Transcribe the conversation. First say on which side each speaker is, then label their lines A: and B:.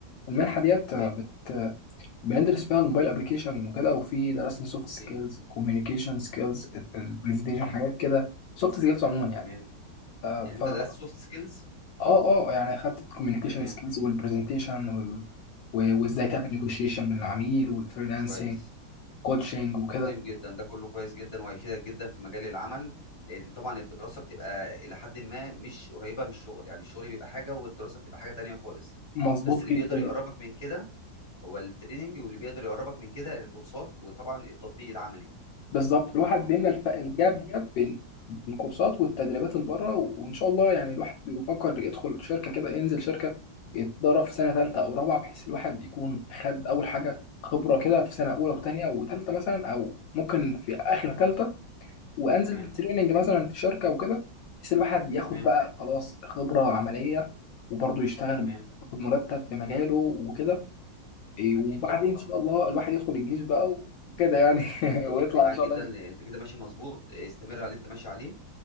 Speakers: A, on the left; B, on the left.
A: المنحة ديت
B: كويس
A: آه، بت آه، بندرس فيها الموبايل أبلكيشن وكده وفي درسنا سوفت
B: عظيم
A: سكيلز كوميونيكيشن سكيلز البرزنتيشن
B: تمام
A: حاجات كده سوفت سكيلز عموما يعني
B: تمام
A: آه،
B: يعني انت
A: فا
B: درست سوفت سكيلز
A: أه أه يعني أخدت الكوميونيكيشن
B: تمام
A: سكيلز والبرزنتيشن وال... و- وإزاي
B: تمام
A: تعمل نيجوشيشن من العميل والفريلانسنج
B: كويس
A: كوتشنج وكده
B: عظيم جدا ده كله كويس جدا وهيفيدك جدا في مجال العمل لان طبعا الدراسه بتبقى الى حد ما مش قريبه من الشغل يعني الشغل بيبقى حاجه والدراسه بتبقى حاجه تانية خالص
A: مظبوط
B: بس اللي
A: جدا
B: بيقدر يقربك من كده هو التريننج واللي بيقدر يقربك من كده الكورسات وطبعا التطبيق العملي
A: بالظبط الواحد بيملى الف- الجاب ديت بين الكورسات والتدريبات اللي بره وان شاء الله يعني الواحد بيفكر يدخل شركه كده ينزل شركه يتدرب في سنه ثالثه او رابعه بحيث الواحد يكون خد اول حاجه خبره كده في سنه اولى
B: مم.
A: وثانيه وثالثه مثلا او ممكن في اخر ثالثه وانزل
B: تمام
A: تريننج مثلا في شركه وكده بحيث الواحد ياخد
B: تمام
A: بقى خلاص خبره عمليه وبرضه يشتغل
B: تمام
A: ياخد مرتب في مجاله وكده إيه،
B: اكيد
A: وبعدين
B: طبعا
A: ان شاء الله الواحد يدخل الجيش بقى وكده يعني <laughs> ويطلع
B: هيفرق معاك
A: ان شاء
B: جدا
A: الله
B: لان انت كده ماشي مظبوط استمر على اللي انت ماشي عليه